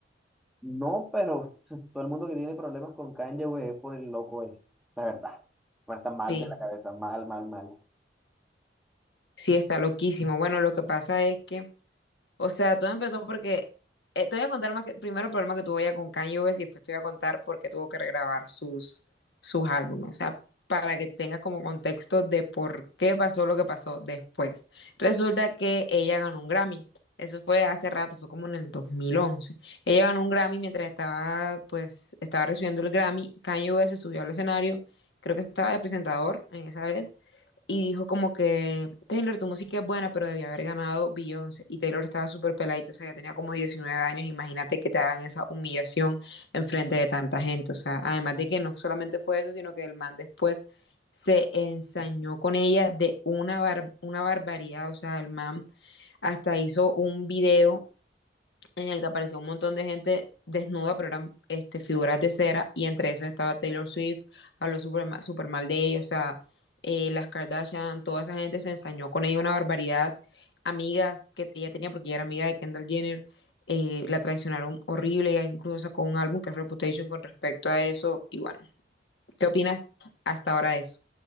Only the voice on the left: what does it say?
Sí,
sí, está loquísimo. Bueno, lo que pasa es que O sea, todo empezó porque eh, te voy a contar más que, primero el problema que tuvo ella con Kanye West y después te voy a contar por qué tuvo que regrabar sus, sus álbumes. O sea, para que tengas como contexto de por qué pasó lo que pasó después. Resulta que ella ganó un Grammy. Eso fue hace rato, fue como en el 2011. Ella ganó un Grammy mientras estaba, pues, estaba recibiendo el Grammy. Kanye West se subió al escenario, creo que estaba de presentador en esa vez, y dijo como que, Taylor, tu música es buena, pero debía haber ganado Beyoncé. Y Taylor estaba súper peladito, o sea, ya tenía como 19 años. Imagínate que te hagan esa humillación en frente de tanta gente. O sea, además de que no solamente fue eso, sino que el man después se ensañó con ella de una, bar- una barbaridad. O sea, el man hasta hizo un video en el que apareció un montón de gente desnuda, pero eran este, figuras de cera, y entre esas estaba Taylor Swift, habló súper ma- súper mal de ellos, o sea, eh, las Kardashian, toda esa gente se ensañó con ella una barbaridad, amigas que ella tenía, porque ella era amiga de Kendall Jenner, eh, la traicionaron horrible, ella incluso sacó un álbum que es Reputation con respecto a eso, y bueno, ¿qué opinas hasta ahora de eso?